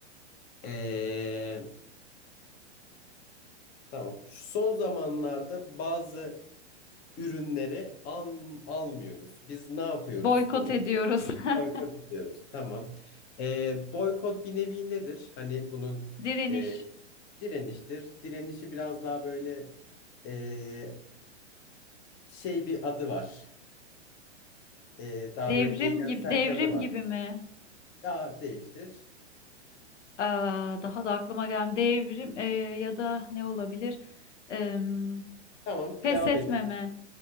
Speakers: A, on the left (about 25°); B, on the left (about 90°).
A: Ee, tamam. Şu son zamanlarda bazı ürünleri al, almıyoruz. Biz ne yapıyoruz
B: Boykot
A: bunu?
B: ediyoruz. <laughs>
A: Boykot ediyoruz. Tamam. Ee, boykot bir nevi nedir? Hani bunun
B: Direniş.
A: e, direniştir. Direnişi biraz daha böyle e, şey bir adı var. E, daha
B: Devrim
A: böyle eylemsel
B: gibi, devrim
A: bir adı var.
B: gibi mi?
A: Daha değiştir.
B: Aa, daha da aklıma gelmedi. Devrim e, ya da ne olabilir? Em,
A: Tamam.
B: pes
A: Devam
B: etmeme.
A: ediyorum.